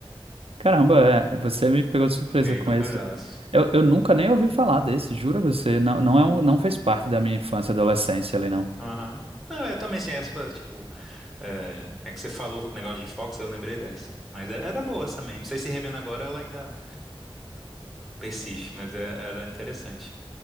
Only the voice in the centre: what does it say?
o rei
do pedaço.
Aham. Não, é também assim, essa, tipo, é, é que você falou o negócio de Fox, eu lembrei dessa. Mas era, era boa também. Não sei se revendo agora ela ainda. Persiste, mas é- era interessante.